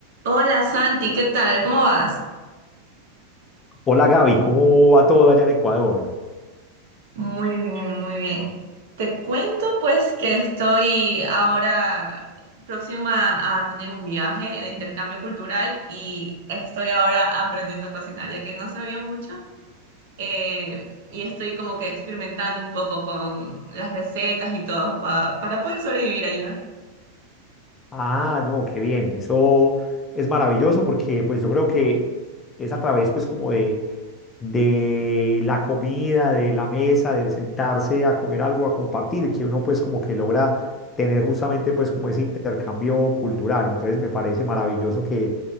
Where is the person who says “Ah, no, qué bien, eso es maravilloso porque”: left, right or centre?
Left